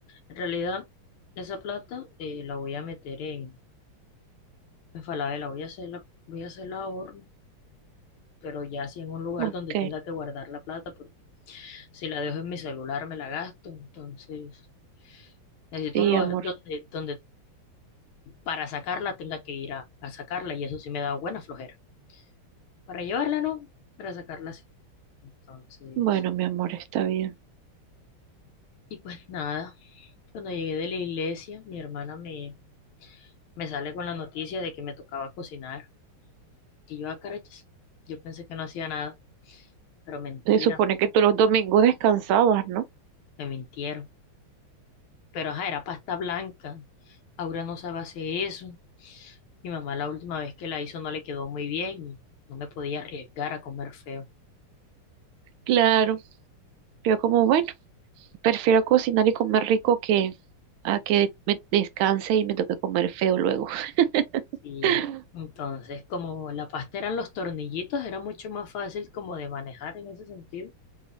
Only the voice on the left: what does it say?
en realidad, esa plata eh, la voy a meter en, en Falabella, voy a hacerla, voy a hacerla ahorro, pero ya sí en un lugar
donde tenga que guardar la plata, porque si la dejo en mi celular me la gasto. Entonces, necesito
un lugar
donde, donde para sacarla tenga que ir a, a sacarla, y eso sí me da buena flojera. Para llevarla no, para sacarla sí. Entonces,
y pues nada, cuando llegué de la iglesia, mi hermana me me sale con la noticia de que me tocaba cocinar. Y yo, a carachas, yo pensé que no hacía nada, pero mentira,
me mintieron. Pero ajá, era pasta blanca. Aura no sabe hacer eso. Mi mamá la última vez que la hizo no le quedó muy bien y no me podía arriesgar a comer feo.
Sí. Entonces, como la pasta eran los tornillitos, era mucho más fácil como de manejar en ese sentido.